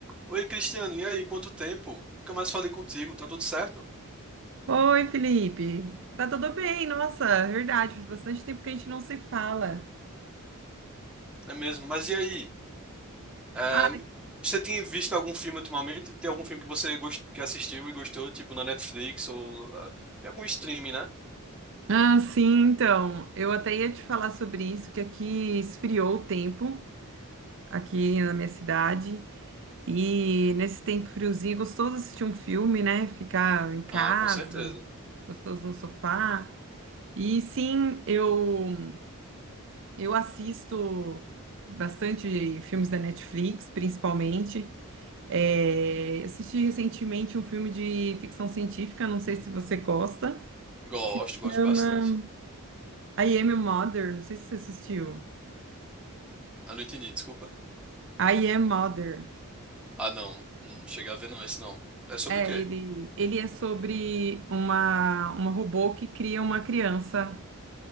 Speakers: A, in the centre; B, on the right.
A: Oi, Cristiano, e aí? Quanto tempo? Nunca mais falei contigo, tá tudo certo?
B: Oi, Felipe. Tá tudo bem? Nossa, verdade, faz bastante tempo que a gente não se fala.
A: Não é mesmo? Mas e aí? É,
B: Ah,
A: me- você tem visto algum filme ultimamente? Tem algum filme que você gost... que assistiu e gostou, tipo na Netflix ou ah, em algum streaming, né?
B: ah, sim, então. Eu até ia te falar sobre isso, que aqui esfriou o tempo, aqui na minha cidade. E nesse tempo friozinho, é gostoso assistir um filme, né? Ficar em casa,
A: Ah, com certeza.
B: gostoso no sofá. E sim, eu, eu assisto bastante filmes da Netflix, principalmente. É, assisti recentemente um filme de ficção científica, não sei se você gosta.
A: Gosto,
B: Se
A: gosto
B: chama
A: bastante.
B: I Am a Mother, não sei se você assistiu.
A: Ah, não entendi, desculpa.
B: I Am Mother.
A: Ah, não, não cheguei a ver não, esse não. É sobre
B: É,
A: o quê?
B: ele, ele é sobre uma, uma robô que cria uma criança